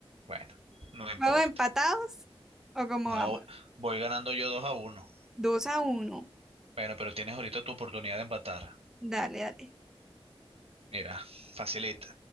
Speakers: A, on the right; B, in the centre.
A: bueno, no importa.
B: ¿Vamos empatados o cómo
A: No,
B: vamos?
A: voy ganando yo 2 a uno.
B: Dos a uno.
A: Bueno, pero tienes ahorita tu oportunidad de empatar.
B: Dale, dale.
A: Mira, facilita.